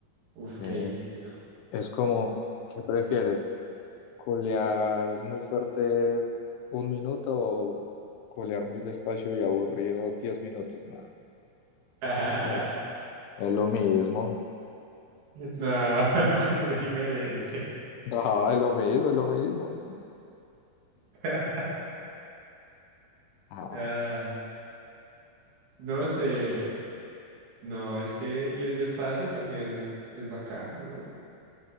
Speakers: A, on the right; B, on the left.
A: Uf,
B: Eh,
A: qué difícil, ¿no?
B: es como, ¿qué prefiere? colear muy fuerte un minuto o colear muy despacio y aburrido diez minutos, nada.
A: <laughs>
B: Es, es lo mismo. <laughs>
A: No, <laughs> es muy diferente.
B: Ah, es lo mismo, es lo mismo.
A: <laughs>
B: Ah,
A: Ah, no sé, no, es que ir despacio también es, es bacano, ¿no?